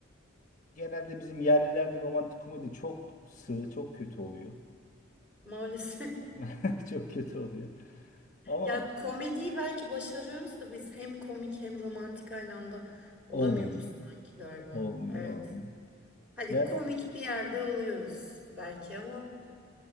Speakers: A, on the left (about 40°); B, in the centre.
A: Ee, genelde bizim yerlilerde romantik komedi çok sığ, çok kötü oluyor.
B: maalesef. <laughs>
A: <laughs> Çok kötü oluyor. Ama
B: Ya komediyi belki başarıyoruz da biz hem komik hem romantik aynı anda olamıyoruz
A: olmuyor.
B: sanki galiba.
A: Olmuyor,
B: Evet.
A: olmuyor.
B: Hadi
A: Yani
B: komik bir yerde oluyoruz belki ama